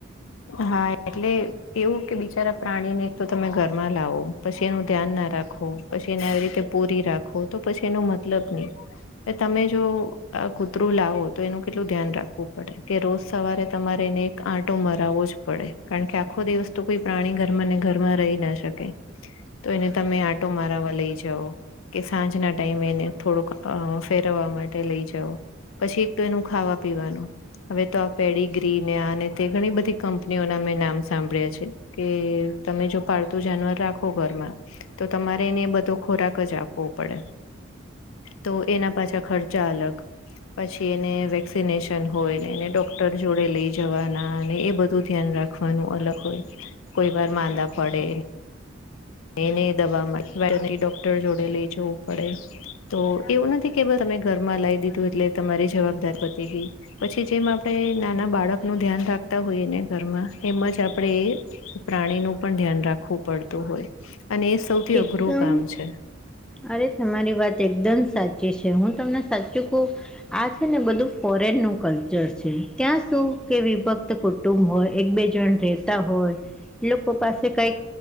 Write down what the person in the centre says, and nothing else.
એકદમ
અરે તમારી વાત એકદમ સાચી છે, હું તમને સાચું કહું આ છે, ને બધું ફોરેન નું કલ્ચર છે, ત્યાં શું કે વિભક્ત કુ ટૂબ હોય એક બે જણ રહેતા હોય એ લોકો પાસે કંઈક